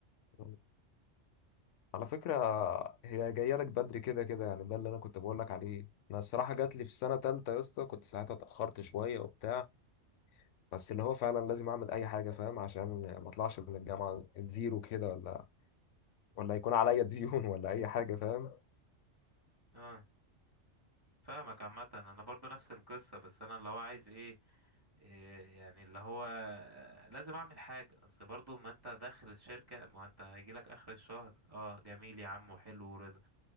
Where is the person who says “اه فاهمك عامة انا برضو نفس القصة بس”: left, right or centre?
Right